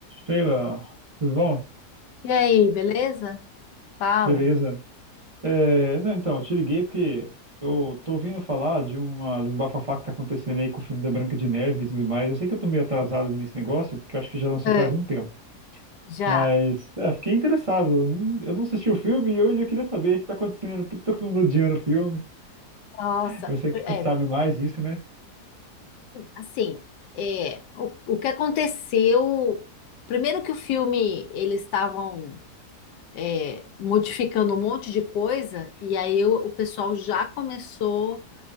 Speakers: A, on the right; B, on the left.
A: Sheila, tudo bom?
B: E aí, beleza? Fala.
A: Beleza. É, não, então, eu te liguei porque eu tô ouvindo falar de, uma, de um bafafá que tá acontecendo aí com o filme da Branca de Neve e tudo mais. Eu sei que eu tô meio atrasado nesse negócio, porque eu acho que já lançou
B: É,
A: faz um tempo.
B: já.
A: Mas, é, fiquei interessado. Eu não eu não assisti o filme e eu ainda queria saber o que tá acontecendo, por que que tá todo mundo odiando o filme.
B: Nossa,
A: Você que
B: é,
A: sabe mais disso, né?
B: assim, é, o, o que aconteceu? Primeiro que o filme, eles estavam é, modificando um monte de coisa, e aí o, o pessoal já começou